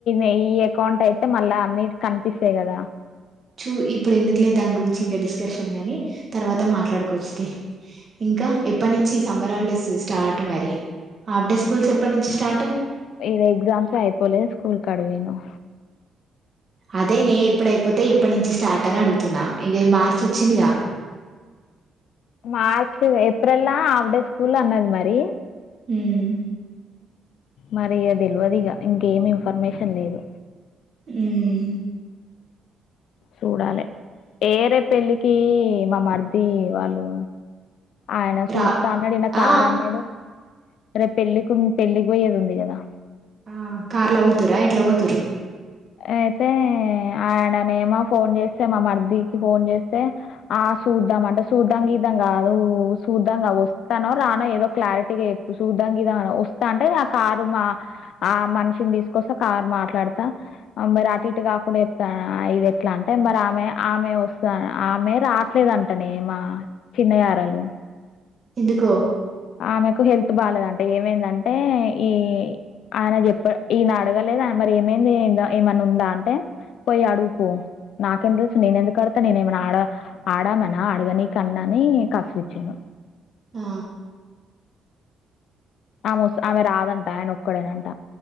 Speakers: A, on the left; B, on the right.
A: ఈ ఈ యకౌంట్ అయితే మళ్ళా అన్ని కనిపిస్తాయి కదా
B: చూ ఇప్పుడు ఎందుకు లే దాని గురించి ఇంకా డిస్కర్షన్ గని తర్వాత మాట్లాడుకోవచ్చుతి ఇంకా ఎప్పటి నుంచి సమ్మర్ హాలిడేస్ స్టార్ట్ మరి హాఫ్ డే స్కూల్స్ ఎప్పట్ నుంచి స్టార్ట్
A: ఇద ఎక్సామ్స్ ఏ అయిపోలే స్కూల్ కాడ్పోయినం
B: అదే నే ఎప్పుడైపోతే ఎప్పట్ నుంచి స్టార్ట్ అని అడుగుతున్నా ఇగ మార్చ ఒచ్చింద్ గా <inaudible>
A: మార్చ్ ఏప్రిల్ లా హఫ్డే స్కూల్ అన్నది మరి
B: మ్మ్
A: మరి ఈ తెల్వద్ ఇగ ఇంకేమి ఇన్ఫర్మేషన్ లేదు
B: మ్మ్
A: సూడలే ఏ రేప్ పెళ్ళికి మా మర్ది వాళ్ళు ఆయన సూస్తా
B: రా
A: అన్నాడు ఇనా
B: ఆ
A: కార్ అన్నాడు రేప్ పెళ్లికూంద్ పెళ్ళిక్ వొయేది ఉంది గదా
B: ఆ కార్ల ఓతుూరా ఎట్లా ఓతుూరు
A: అయితే అయిననేమో ఫోన్ చేసే మా మర్దికి ఫోన్ చేస్తే అ సుద్దాం అంట సుద్దాం గిద్ధం గాదు సుద్దాంగా ఒస్తానో రానో ఏదో క్లారిటీగా చెప్పు దంగిదానా ఒస్తా అంటే ఆ కారు మా ఆ మనిషిన్ తీసుకొస్తా కార్ మాట్లాడ్తా మరి అటు ఇటు కాకుండా చెప్తనా ఇది ఎట్లా అంటే మరి ఆమె ఆమె ఒస్తాన్ ఆమె ర రాట్లేదుంటనే మా పిన్నిగరాలు
B: ఎందుకో
A: ఆమెకు హెల్త్ బాలేదంటే ఏమైందంటే ఈ అనే జెపాడ్ ఇన అడగలేదా మరి ఏమై ఉందే ఎంద ఏమన్నా ఉందా అంటే పోయి అడుగుపో నాకేం తెలుసు నేన ఎందుకుడత నేన ఏమనా ఆడ ఆడామనా ఆడగనీ కన్నా ని కస్రిచ్చిండు
B: ఆ
A: ఆమెఒస్ ఆమె రాదంట ఆయన ఒక్కడేనంట